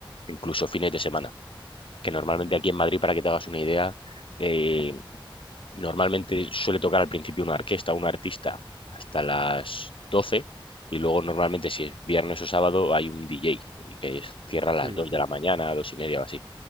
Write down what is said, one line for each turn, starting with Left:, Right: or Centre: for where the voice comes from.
Left: incluso fines de semana, que normalmente
Right: Ah,
Left: aquí en Madrid, para que te hagas una idea, eh, Normalmente suele tocar al principio una orquesta, un artista, hasta las doce y luego normalmente si es viernes o sábado hay un DJ y que es- cierra
Right: sí,
Left: a las 2
Right: sí.
Left: de la mañana, dos y media o así.